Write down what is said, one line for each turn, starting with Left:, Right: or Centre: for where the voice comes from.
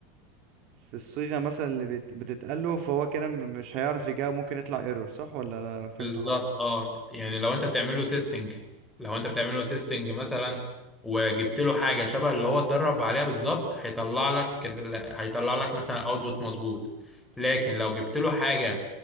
Right: في الصيغة مثلا اللي بت- بتتقال له فهو كده م- مش هيعرف يجاوب ممكن يطلع ايرور صح ولا انا فهمت
Centre: بالظبط
Right: غلط
Centre: اه يعني لو انت بتعمل له تيستنج لو انت بتعمل له تيستنج مثلا وجبت له حاجه شبه اللي هو اتدرب عليها بالظبط هيطلع لك ال- هيطلع لك مثلا اوتبوت مظبوط لكن لو جبت له حاجه